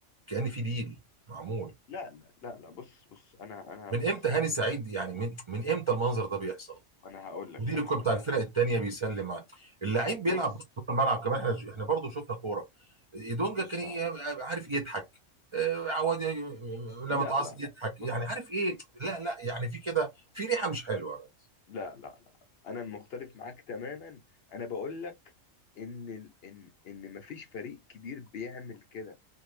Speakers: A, on the right (about 50°); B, on the left (about 60°).
A: كأن في ديل معمول
B: لا لا لا لا بص بص انا انا
A: من
B: بص
A: امتى هاني سعيد يعني من من امتى المنظر ده بيحصل
B: انا هقول لك
A: مدير
B: انا
A: الكوره
B: هقول
A: بتاع
B: لك
A: الفرق
B: انا هقول
A: التانيه
B: لك.
A: بيسلم على اللعيب
B: بص
A: بيلعب بص جوه الملعب كمان احنا احنا برضه شفنا كوره دونجا
B: بص
A: كان إيه؟ عارف يضحك آه، عواد
B: لا
A: لما تعصب
B: لا لا
A: يضحك
B: بص
A: يعني عارف ايه لا لا يعني في كده في ريحه مش حلوه يا ريس
B: لا لا لا انا مختلف معاك تماما انا بقول لك ان ال- ان ان مفيش فريق كبير بيعمل كده